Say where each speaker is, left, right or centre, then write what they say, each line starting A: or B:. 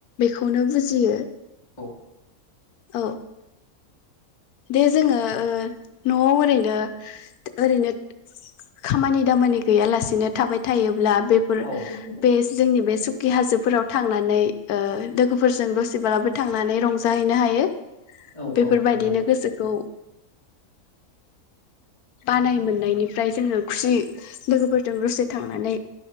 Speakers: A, on the left; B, on the left.
A: बेखौनो बुजियो।
B: औ
A: औ दे जोङो न'आव ओरैनो ओरैनो खामानि दामानि गैयालासेनो थाबाय थायोब्ला बेफोर
B: औ
A: बे जोंनि बे सु खि हाजोफोराव थांनानै ओ लो गोफोरजों दसेब्लाबो थांनानै रंजाहैनो हा यो।
B: औ
A: बेफोरबायदिनो
B: औ नंगौ
A: गोसोखौ बानाय मोननायनिफ्राय जोङो खुसि लोगोफोरजों दसे थांनानै